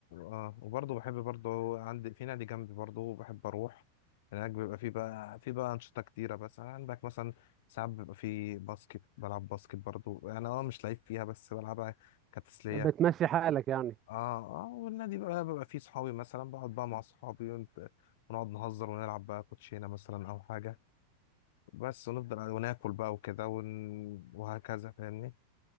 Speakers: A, on the left; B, on the right.
A: اه وبرضه بحب برضه عندي في نادي جنبي برضه بحب اروح هناك بيبقى في بقى في بقى انشطه كتيره بس يعني عندك مثلا ساعات بيبقى في باسكت بلعب باسكت برضه انا اه مش لعيب فيها بس بلعبها كتسليه
B: بتمشي حالك يعني
A: اه اه والنادي بقى بيبقى فيه صحابي مثلا بقعد بقى مع صحابي ونت- ونقعد نهزر ونلعب بقى كوتشينه مثلا او حاجه بس ونفضل وناكل بقى وكده ون... وهكذا فاهمني انت